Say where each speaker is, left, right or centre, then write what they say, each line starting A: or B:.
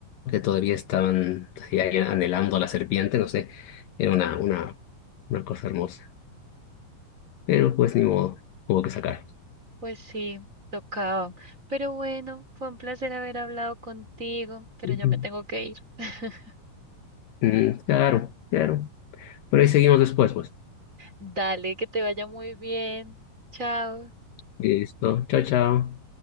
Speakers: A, on the left; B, on the right.
A: que todavía estaban así ahí anhelando a la serpiente, no sé, era una, una, una cosa hermosa. Pero pues ni modo, hubo que sacar.
B: Pues sí, tocaba. Pero bueno, fue un placer haber hablado contigo, pero
A: Ujú.
B: ya me tengo que ir. <laughs>
A: Mm, claro, claro. Por ahí seguimos después, pues.
B: Dale, que te vaya muy bien. Chao.
A: Listo, chao, chao.